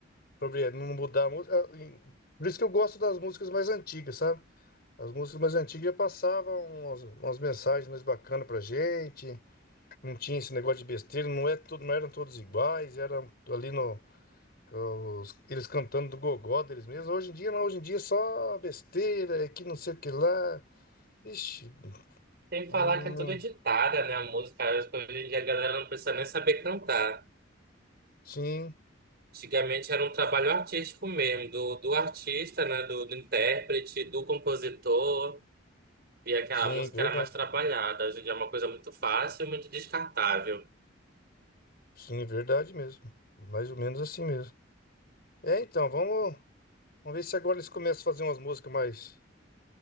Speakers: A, on the left (about 55°); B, on the right (about 55°).
A: sobre não mudar a música. ah, em- Por isso que eu gosto das músicas mais antigas, sabe? As músicas mais antigas já passavam umas, umas mensagens mais bacanas pra gente. Não tinha esse negócio de besteira, não, é tudo, não eram todos iguais, eram ali no. os- eles cantando do gogó deles mesmos. Hoje em dia, não, hoje em dia é só besteira, é que não sei o que lá. Ixi,
B: Tem que
A: hum,
B: falar que é tudo editada, né? A música, acho que hoje em dia a galera não precisa nem saber cantar.
A: sim.
B: Antigamente era um trabalho artístico mesmo, do, do artista, né? Do, do intérprete, do compositor. E aquela
A: Sim,
B: música
A: verdade.
B: era mais trabalhada. Hoje em dia é uma coisa muito fácil e muito descartável.
A: Sim, verdade mesmo. Mais ou menos assim mesmo. É, então, vamos, vamos ver se agora eles começam a fazer umas músicas mais.